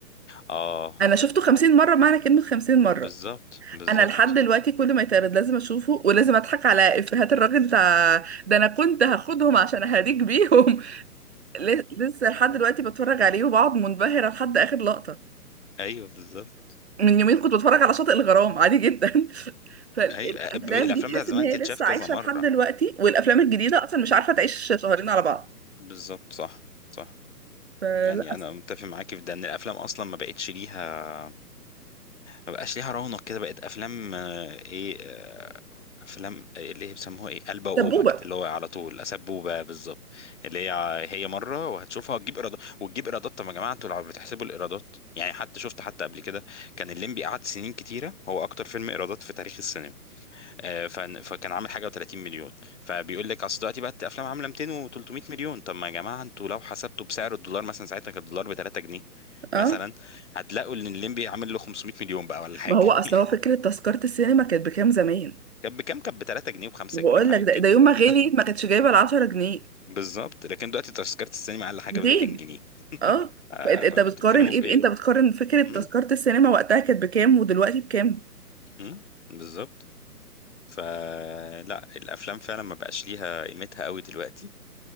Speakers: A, on the left; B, on the right.
A: اه
B: انا شفته خمسين مرة معنى كلمة خمسين مرة
A: بالظبط بالظبط
B: انا لحد دلوقتي كل ما يتعرض لازم اشوفه ولازم اضحك على افيهات الراجل بتاع ده انا كنت هاخدهم عشان اهديك بيهم <laughs> ل- لسه لحد دلوقتي بتفرج عليه وبقعد منبهرة لحد اخر لقطة
A: ايوه بالظبط
B: من يومين كنت بتفرج على شاطئ الغرام عادي جدا <laughs> فالافلام
A: ايوه آه، ب- الافلام
B: دي تحس
A: بتاعت زمان
B: ان هي
A: تتشاف
B: لسه
A: كذا
B: عايشة
A: مره
B: لحد دلوقتي والافلام الجديدة اصلا مش عارفة تعيش شهرين على بعض
A: بالظبط صح صح
B: فلا
A: يعني انا متفق معاك في ده ان الافلام اصلا ما بقتش ليها ما بقاش ليها رونق كده بقت افلام آه، ايه آه، افلام آه، اللي هي بيسموها ايه قلبه وقومه
B: سبوبة
A: كده اللي هو على طول اسبوبه بالظبط اللي هي ع- هي مره وهتشوفها وتجيب ايرادات وتجيب ايرادات طب يا جماعه انتوا لو بتحسبوا الايرادات يعني حتى شفت حتى قبل كده كان الليمبي قعد سنين كتيره هو اكتر فيلم ايرادات في تاريخ السينما آه، فن- فكان عامل حاجه و30 مليون فبيقول لك اصل دلوقتي بقى الافلام عامله 200 و300 مليون طب ما يا جماعه انتوا لو حسبتوا بسعر الدولار مثلا ساعتها كان الدولار ب 3 جنيه
B: اه
A: مثلا هتلاقوا ان الليمبي عامل له 500 مليون بقى ولا حاجه
B: ما هو
A: <laughs>
B: اصل هو
A: يعني
B: فكره تذكره السينما كانت بكام زمان
A: كان بكام كان ب 3 جنيه و5
B: بقول
A: جنيه وحاجات
B: لك ده,
A: كده
B: ده يوم ما غليت
A: <laughs>
B: ما كانتش جايبه ال 10 جنيه
A: بالظبط لكن دلوقتي تذكره السينما اقل حاجه
B: 200
A: ب 200 جنيه
B: اه
A: آه،
B: فانت انت
A: فانتوا
B: بتقارن
A: بتتكلموا
B: ايه
A: في
B: ب-
A: ايه
B: انت بتقارن فكره تذكره
A: مم،
B: السينما وقتها كانت بكام ودلوقتي بكام
A: مم، بالظبط فلا الافلام فعلا ما بقاش ليها قيمتها قوي دلوقتي